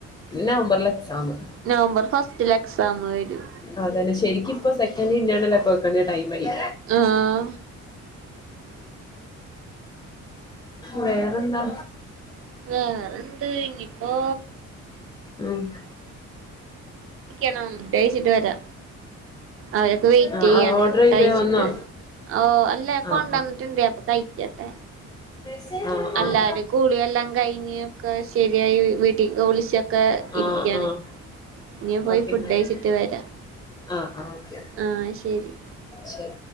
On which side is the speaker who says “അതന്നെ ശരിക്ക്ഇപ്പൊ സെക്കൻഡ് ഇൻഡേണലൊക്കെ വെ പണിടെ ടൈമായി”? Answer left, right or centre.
Left